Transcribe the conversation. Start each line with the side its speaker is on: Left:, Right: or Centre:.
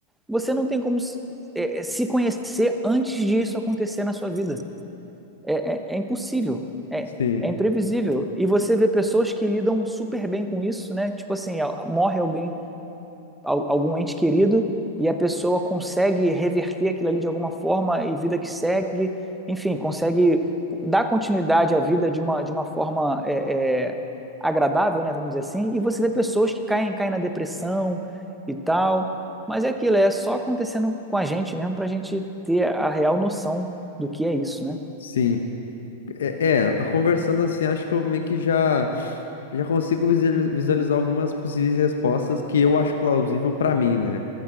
Centre: você não tem como se, é, é, se conhecer antes disso acontecer na sua vida. É, é, é impossível. É,
Left: Sim,
Centre: é imprevisível. E você vê pessoas que lidam super bem com isso, né? Tipo assim, morre alguém algum ente querido e a pessoa consegue reverter aquilo ali de alguma forma e vida que segue, enfim, consegue dar continuidade à vida de uma, de uma forma é, é, agradável, né, vamos dizer assim, e você vê pessoas que caem, caem na depressão e tal, mas é aquilo, é só acontecendo com a gente mesmo para a gente ter a real noção do que é isso, né?
Left: sim. É, é, conversando assim, acho que eu meio que já. Já consigo visuali- visualizar algumas possíveis respostas que eu acho plausível pra mim, né?